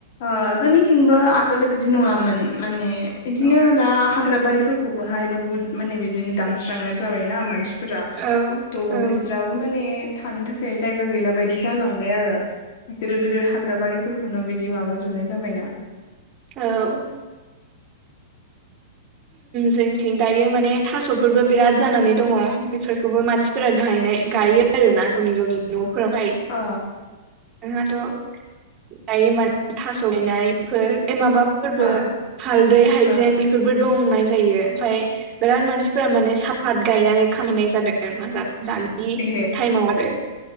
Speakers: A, on the left (about 55°); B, on the right (about 30°).
A: ओ जोंनिथिंबो आगोल बिदि नङामोन माने बिदिनो
B: औ
A: दा हाग्राबारिफोर खौबोहाय बहुत माने बिदिनो दानस्रांनाय जाबायना मानसि रा
B: औ
A: थ'
B: औ
A: बिसोराबो माने थानो थाखाय जायगा गैला बायदि जालांबाय आरो गिदिर गिदिर हाग्रा बारिफोरखौनो बिदि बिदि माबा जोबनाय जाबायना।
B: औ जोंथिं दायो माने थास'फोरबो बिराद जानानै दङ बेफोरखौबो मानसिफोरा गायनाय गायो। आरो ना गावनि गावनि न'फोरावहाय।
A: अ
B: जोंहाथ' गायो माने थास' गायनायफोर माबा फोरबो
A: ओ ओ
B: हालदै हाइजें
A: अ
B: बेफोरबो दंनाय जायो ओमफ्राय बिराद मानसिफोरा माने साफात गायनानै खामायनाय जादों दानि
A: ए
B: टाइमाव आरो